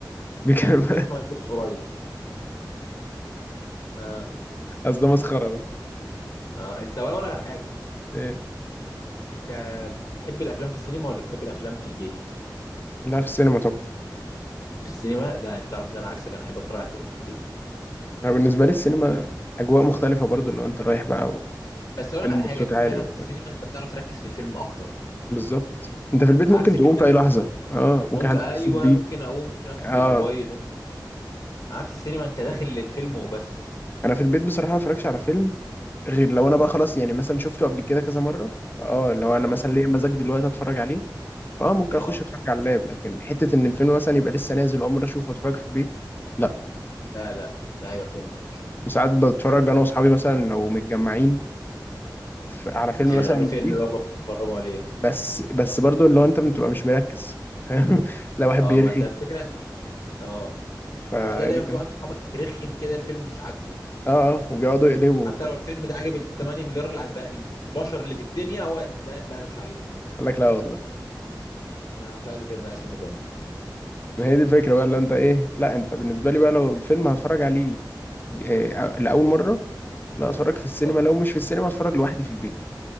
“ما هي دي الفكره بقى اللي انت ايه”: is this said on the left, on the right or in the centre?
Left